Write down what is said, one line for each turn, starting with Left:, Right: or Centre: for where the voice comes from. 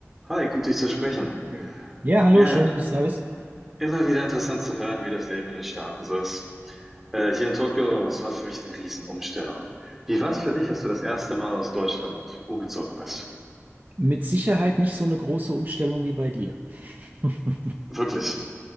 Centre: Hi, gut dich zu sprechen.
Right: Hey. Ja, hallo,
Centre: Ja,
Right: schön, dass du da bist.
Centre: immer wieder interessant zu hören, wie das Leben in den Staaten so ist. Äh, hier in Tokio, es war für mich eine Riesenumstellung. Wie war es für dich, als du das erste Mal aus Deutschland umgezogen bist?
Right: Mit Sicherheit nicht so eine große Umstellung wie bei dir. <laughs>
Centre: Wirklich.